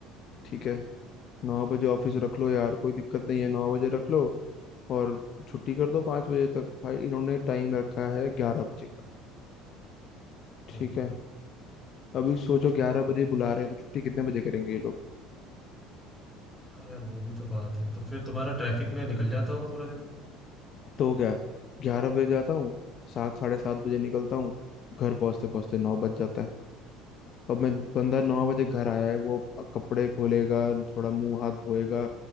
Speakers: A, on the left; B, in the centre.
A: ठीक है नौ बजे ऑफिस
B: हम्म
A: रख लो यार कोई दिक्कत नहीं है नौ बजे रख लो और छुट्टी कर दो पाँच बजे तक भाई इन्होंने टाइम रखा है ग्यारह बजे का ठीक
B: ओह
A: है अभी सोचो
B: अच्छा
A: ग्यारह बजे बुला रहे हैं तो छुट्टी कितने बजे करेंगे ये लोग
B: हाँ यार वो भी तो बात है तो फिर तुम्हारा ट्रैफिक में निकल जाता होगा पूरा दिन
A: तो क्या ग्यारह बजे जाता हूँ सात साढ़े सात बजे निकलता हूँ घर पहुँचते पहुँचते नौ बज जाता है अब मैं बंदा नौ बजे घर आया है वो कपड़े खोलेगा थोड़ा मुंह हाथ धोएगा